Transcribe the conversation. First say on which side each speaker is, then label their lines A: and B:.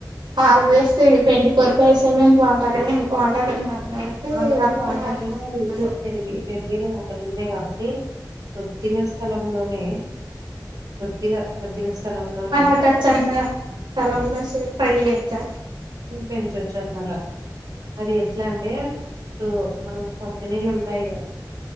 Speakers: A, on the right (about 85°); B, on the right (about 55°).
A: పాల్ వేస్తా twenty four by seven water water కాబట్టి
B: ఆల్రెడీ
A: వర్క్
B: వాటర్
A: అదేమో
B: లోనే
A: సమ్మర్లో
B: అది పెరిగే పెరిగేది వాటర్ లోనే కా అ కొద్దిగా స్థలంలోనే కొద్దిగా కొద్దిగా స్థలంలోనే
A: మనకచ్చంత
B: మనం
A: స్థలంలో ట్రై చేయొచ్చా
B: పెంచవచ్చు అనమాట అది ఎట్లా అంటే ఇప్పుడు మనం కంపెనీలు ఉంటాయి కదా